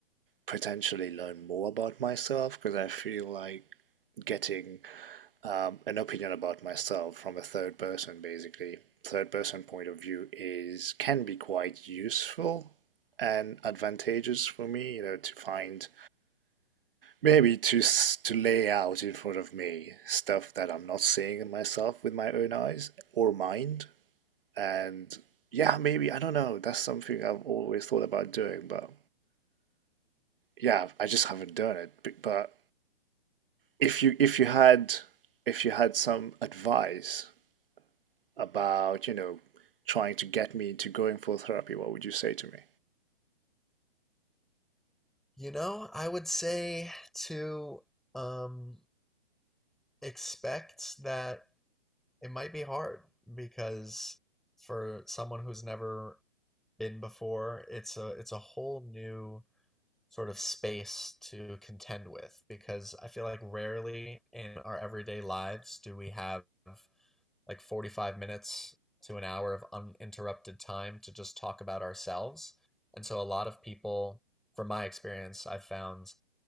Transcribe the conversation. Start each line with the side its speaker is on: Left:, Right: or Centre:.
Right: potentially learn more about myself. Because I feel like getting um, an opinion about myself from a third person, basically, third person point of view, is can be quite useful and advantageous for me. You know, to find maybe to to lay out in front of me stuff that I'm not seeing in myself with my own eyes or mind and yeah, maybe, I don't know. That's something I've always thought about doing, but yeah, I just haven't done it. B- But if you if you had if you had some advice about, you know, trying to get me into going for therapy, what would you say to me?
Centre: You know, I would say to um, expect that it might be hard because for someone who's never been before, it's a it's a whole new sort of space to contend with because I feel like rarely in our everyday lives do we have like 45 minutes to an hour of uninterrupted time to just talk about ourselves. And so a lot of people, from my experience, I've found